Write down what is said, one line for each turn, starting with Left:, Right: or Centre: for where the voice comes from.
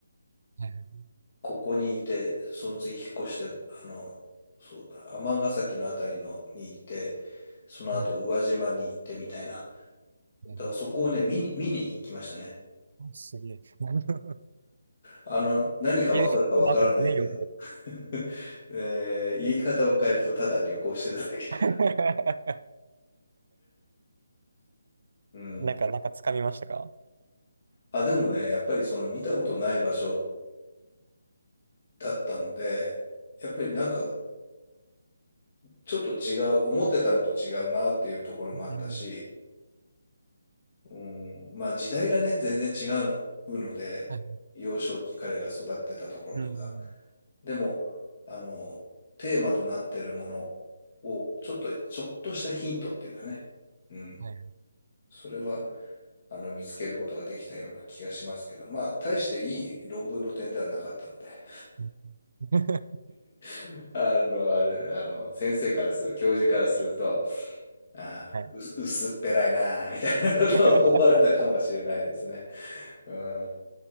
Right: はいはい。
Left: ここにいて、その次引っ越して、あの、そうだ、尼崎のあたりのにいて、その後宇和島に行ってみたいな。
Right: うん。はいはい
Left: だからそこをね、見に、見に行きましたね。
Right: あすげえ。<laughs>
Left: あの、何かわかるかわからないけど、
Right: ビルフィットマークですね、よく
Left: <laughs> えー言い方を変えるとただ旅行してただけだ。
Right: <laughs>
Left: うん。
Right: なんか、なんか掴みましたか
Left: あ、でもね、やっぱりその見たことない場所だったので、やっぱりなんかちょっと違う、思ってたのと違うなっていうところもあったし、
Right: うん。
Left: うん、まあ時代がね、全然違うので、
Right: はい。
Left: 幼少期彼が育ってたところとか。
Right: うん。
Left: でも、あの、テーマとなってるものを、ちょっと、ちょっとしたヒントっていうかね。うん。
Right: はいはい。
Left: それは、あの、見つけることができたような気がしますけど、まあ、大していい論文の点ではなかったので、
Right: うん <laughs>
Left: <laughs> あの、あれ、あの、先生からする、教授からすると、ああ、
Right: はい。
Left: うす薄っぺらいなあ、みたいなことを思われたかもしれないですね。
Right: <laughs>
Left: うん。